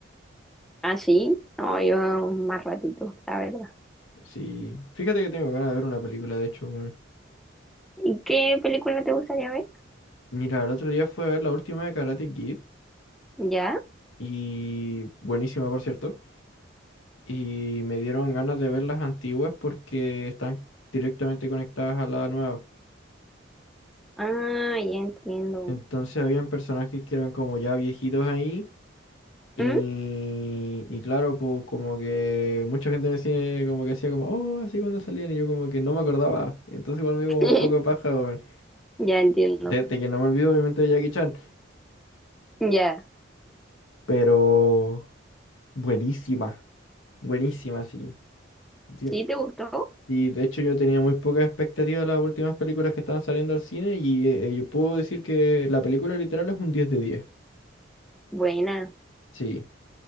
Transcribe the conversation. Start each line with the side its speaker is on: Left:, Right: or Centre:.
Centre: ¿Ah, sí? No, yo más ratito, la verdad.
Left: Sí. Fíjate que tengo ganas de ver una película, de hecho, weón.
Centre: ¿Y qué película te gustaría ver?
Left: Mira, el otro día fue a ver la última de Karate Kid.
Centre: ¿Ya?
Left: Y buenísima, por cierto. Y me dieron ganas de ver las antiguas porque están directamente conectadas a la nueva.
Centre: Ah, ya entiendo.
Left: Entonces habían personajes que eran como ya viejitos ahí. Y,
Centre: ¿Mm?
Left: y claro, pues como que mucha gente en el cine como que hacía como, oh, así cuando salían y yo como que no me acordaba. Entonces igual me dio
Centre: <laughs>
Left: como un poco de paja, weón.
Centre: Ya entiendo.
Left: Desde que no me olvido obviamente de Jackie Chan,
Centre: Ya.
Left: pero buenísima, buenísima, sí. Sí,
Centre: ¿Sí te gustó?
Left: Y de hecho yo tenía muy poca expectativa de las últimas películas que estaban saliendo al cine y eh, yo puedo decir que la película literal es un diez de diez
Centre: Buena.
Left: Sí.